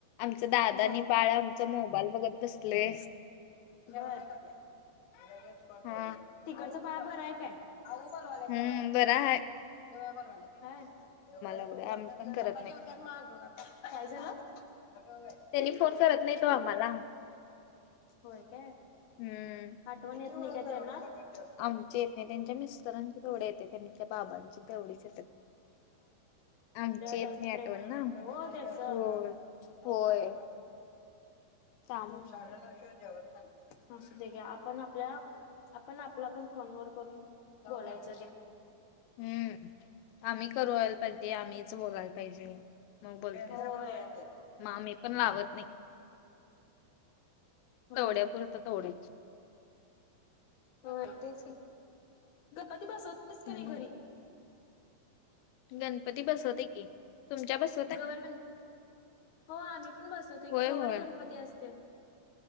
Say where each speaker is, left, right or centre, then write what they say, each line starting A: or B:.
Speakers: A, on the left; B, on the left.
A: आमच दादा
B: हा
A: आणि बाळ <unintelligible> मोबाईल बघत बसले.
B: बर.
A: हा
B: तिकडचं बाळ बर आहे काय? आऊ बोलवाल्या जेवायला.
A: हम्म बरा आहे.
B: काय बोलू राहील्या काय‌ येवड्या वेळ
A: एवढं
B: कोन जेवत्यात,
A: आम्ही पण
B: काय
A: करत
B: आता
A: नाही
B: जेवत्यात मग आंघोळ घालत्यात. काय झालं? अगं बाय.
A: तेनी फोन करत नाही, ओ आम्हाला.
B: होय काय? हम्
A: हम्म
B: हम आठवण येत नाही का तेना.
A: आमचे येत नाही. त्यांच्या मिस्टरांचे तेवढ येते त्यांच्या, बाबांची तेवढीच येतात. आमची येत
B: जास्त
A: नाही
B: प्रेम
A: आठवण
B: आहे
A: ना
B: वाटतं हो त्याचं.
A: होय
B: नऊ
A: होय
B: साडेनऊला,
A: त्यामुळं
B: साडेनऊ शिवाय जेवत नाही. असुद्या घ्या आपण आपल्या, आपण आपला पण फोन व करून बोलायचं घ्या.
A: हम्म, आम्ही करवायला पाहिजे, आम्हीच बोलायला पाहिजे. मग बोलत,
B: होय
A: मा मी पण लावत नाही.
B: होय
A: तेवढ्या पुुरत तेवढीच.
B: होय. तेच की गणपती बसवतेस कणी
A: हम्म
B: घरी.
A: गणपती बसवतोय की, तुमच्या बस
B: गवरगण, हो आम्ही पण बसवतोी
A: होय
B: गवर
A: होय
B: गणपती असते.